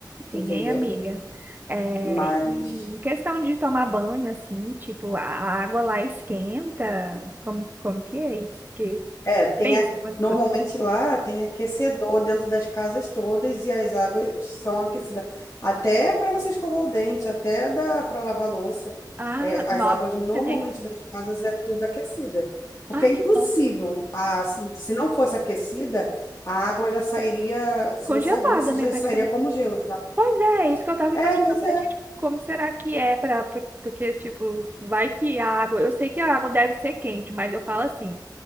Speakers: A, on the right; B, on the left.
A: hein,
B: entendeu?
A: amiga? É,
B: Mas...
A: e em questão de tomar banho, assim, tipo, a a água lá esquenta. Como, como que é isso? Que
B: É, tem
A: pensa,
B: a-
A: uma
B: normalmente
A: coisa-
B: lá tem aquecedor dentro das casas todas e as águas são aquecidas. Até para você escovar o dente, até dá para lavar louça.
A: ah,
B: É, as
A: nossa,
B: águas normalmente
A: menina, tem.
B: das casas é tudo aquecida. Porque
A: Ai,
B: é impossível,
A: que bom.
B: a- se se não fosse aquecida, a água já sairia, se
A: Congelada,
B: você abrisse,
A: né,
B: já
A: praticamente.
B: sairia como gelo, sabe?
A: Pois é, é isso que eu tava
B: É,
A: imaginando.
B: mas
A: Eu Falei,
B: é.
A: gente, como será que é pra. por- Porque, tipo, vai que a água. Eu sei que a água deve ser quente, mas eu falo assim.